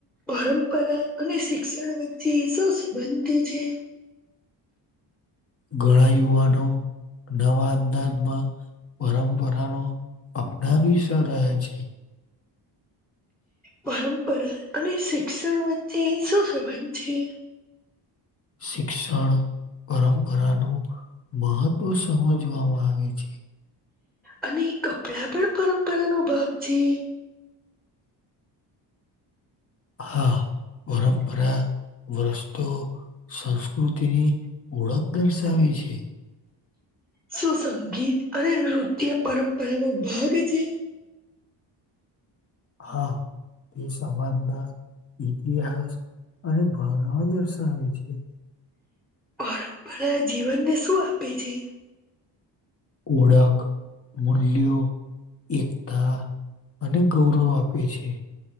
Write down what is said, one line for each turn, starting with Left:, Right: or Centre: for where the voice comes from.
Centre: પરંપરા અને શિક્ષણ વચ્ચે, સૌ સંબંધી છે.
Left: ઘણા, યુવાનો નવા અંદાજમાં પરંપરા ન અપનાવી, શ રહે છે.
Centre: પરંપરા અને શિક્ષણ વચ્ચે શું સંબંધ છે.
Left: શિક્ષણ પરંપરાનું મહત્વ સમજવામાં આવે છે.
Centre: અને કપડા પણ પરંપરા ન ભાગ છે.
Left: હા પરરા
Centre: <unintelligible>
Left: વ્રસ્તો સંસ્કૃતિની ઓળખ દર્શાવે છે.
Centre: સુુંસંગીત અને નૃત્ય પરંપરાનો ભાગ છે.
Left: હા, તે સમાજના ઇતિહાસ અને ભાવના દર્શાવે છે.
Centre: પરંપરા જીવનને શું આપે છે?
Left: ઓળખ મુૂ્યો એકતા અને ગૌરવ આપે છે